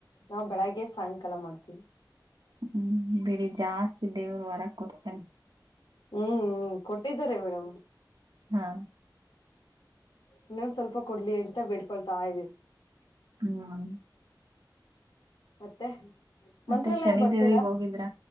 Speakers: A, on the left (about 80°); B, on the right (about 70°).
A: ನಾವ್ ಬೆಳಗ್ಗೆ ಸಾಯಂಕಾಲ ಮಾಡ್ತೀವಿ
B: ಹ್ಮ್ ಬಿಡಿ ಜಾಸ್ತಿ ದೇವರು ಹೊರಗೆ ಕೊಡ್ತೇನೆ
A: ಹ್ಮ್ ಕೊಟ್ಟಿದ್ದಾರೆ ಮೇಡಮ್
B: ಹಾ
A: ಇನ್ನೊಂದು ಸ್ವಲ್ಪ ಕೊಡ್ಲಿ ಅಂತ ಬಿಡ್ಕೊಳ್ತಾ ಇದ್ವಿ
B: ಹ
A: ಮತ್ತೆ
B: ಮತ್ತೆ
A: ಮಂತ್ರಾಲಯ
B: ಶನಿದೇವ್ರಿಗೆ
A: ಬರ್ತೀರಾ
B: ಹೋಗಿದ್ರ